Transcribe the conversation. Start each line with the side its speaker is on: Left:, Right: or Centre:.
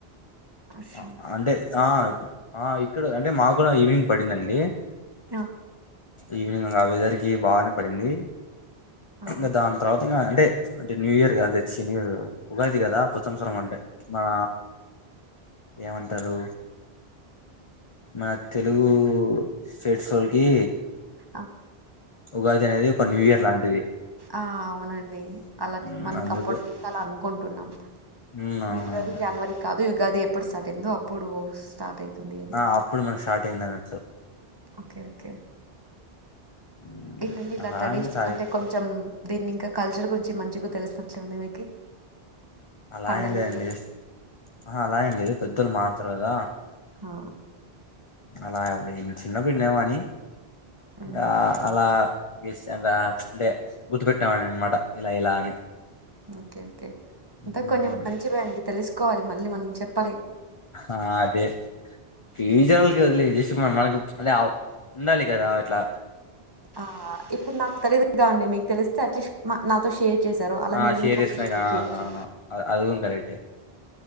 Right: వర్షం.
Left: ఆ అంటే ఆ ఇప్ ఆ ఇక్కడ అంటే మా కూడా ఈవినింగ్ పడిందండి
Right: ఆ
Left: ఈవినింగ్ం వెదర్ కి బాగానే పడింది
Right: ఆ!
Left: ఇంకా దాని తర్వాత ఇంకా అంటే అంటే న్యూ ఇయర్ కదా తెచ్చి న్యూ ఇయర్ ఉగాది కదా కొత్తవత్సరం అంటే మన ఏమంటారు మన తెలుగు స్టేట్స్ వోళ్ళకి
Right: ఆ!
Left: ఉగాది అనేది ఒక న్యూ ఇయర్ లాంటిది
Right: ఆ అవునండి అలా
Left: ఉమ్,
Right: మనకు
Left: అందుకు
Right: అప్పటి ను అలా అనుకుంటున్నాం
Left: ఉమ్, అవునవును
Right: న్యూ ఇయర్ జనవరి కాదు గది ఎప్పుడు స్టార్ట్ అయిందో అప్పుడు స్టార్ట్ అయితుంది అని.
Left: ఆ అప్పుడు మనం షార్ట్ అయింద అన్నట్లు
Right: ఓకే ఓకే
Left: ఉమ్,
Right: ఇండి ఇలా
Left: అలా
Right: ట్రెడిషన్
Left: ఏం సాయి
Right: అంటే కొంచెం దీన్ని ఇంకా కల్చర్ గురించి మంచి తెలిసినట్లే ఉంది మీకి
Left: అలా
Right: పండగలు
Left: ఏ లేదండి ఆ అలా ఏం లేదు పెద్దలు మార్ ట్లాడతారు కదా
Right: హా
Left: అలా అడ చిన్నపుడ్ నెవని
Right: మ్మ్
Left: ఆ అలా ఎసెంగా అంటే గుర్తుపెట్టామని అనమాట ఇలా ఇలా అని
Right: ఓకే
Left: ఉమ్,
Right: అ కొన్ని మంచి బ్యాండి తెలిస్ కోవాలి మళ్ళీ మనం చెప్
Left: ఆ అదే ఈ జనాలకొదిలేయ్ తీసుకు మనకు అదే ఉండాలి కదా అట్లా
Right: ఆ ఇప్పుడు నాకు తెలిదుగా అండి మీకు తెలిస్తే అట్లీస్ట్ నాతో షేర్ చేశారు అలా
Left: ఆ
Right: నేను
Left: శేరిస్ను
Right: ఇంకొకరు షేర్
Left: ఆ
Right: చేయొచ్చు
Left: ఆ ఆ ఆ అద్ అది కూడా కరెక్టే